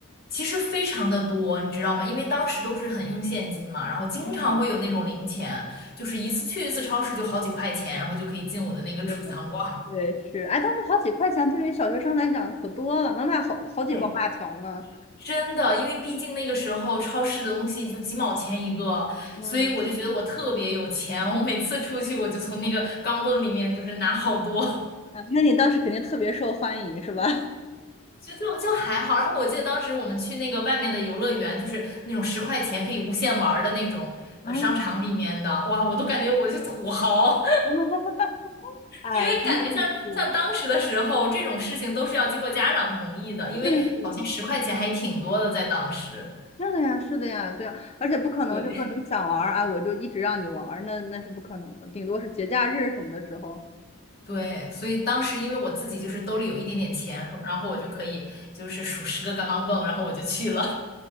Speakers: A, on the left (about 45°); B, on the left (about 30°).
A: 其实非常的多，你知道吗？因为当时都是很用现金嘛，然后经常会有那种零钱。
B: 嗯。
A: 就是一次去一次超市就好几块钱，然后就可以进我的那个储藏罐儿。
B: 对，对，是，哎，当时好几块钱对于小学生来讲可多了，能买好好几包辣条呢。
A: 对，<laughs> 真的，因为毕竟那个时候超市的东西就几毛钱一个，
B: 嗯，
A: 所以我就觉得我特别有钱。我每次出去，我就从那个钢镚里面就是拿好多，
B: 啊那你当时肯定特别受欢迎是吧？
A: <laughs> 就就就还好。然后我记得当时我们去那个外面的游乐园，就是那种十块钱可以无限玩儿的那种呃商场里面的，
B: 啊，
A: 哇，我都感觉我是土豪。
B: <laughs> 哎，
A: 因为感觉像像当时的时候，
B: 真幸福。
A: 这种事情都是要经过家长同意的，因为好像十块钱还挺多的，
B: 对对，
A: 在当时。
B: 是的呀，是的呀，对啊，而且不可能就说你想玩儿啊，
A: 对，<laughs>
B: 我就一直让你玩儿，那那是不可能的，顶多是节假日什么的时候。
A: 对，所以当时因为我自己就是兜里有一点点钱，然后我就可以就是数十个钢镚，然后我就去了，